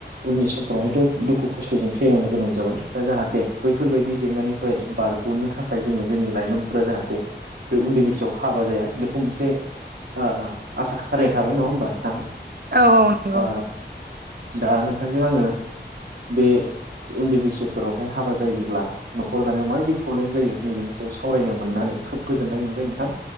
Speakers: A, on the right; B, on the right.
A: उननि समफोराव हायथ' दुखु खस्थ'जों सैनांनो गोनां जाबाय दा जाहाथे बैफोरबायदि जेंनानिफ्राय बारग'नो थाखाय जोङो जोंनि लाइमोनफोरा जाहाथे बे उन्दै बैसोआव हाबा जाया बे खौ मोनसे ओ आसा फारिनाय थाबाय नङा होमबा नोंथां।
B: औ नंगौ
A: ओ
B: औ
A: दा नोंथांजों आङो बे उन्दै बैसोफोरावहाय हाबा जायोब्ला न'खर दानायाव माबायदि प्रब्लेम जायो नैबेनि सायाव सावरायनो मोननानै खोब गोजोननाय मोनबाय नोंथां।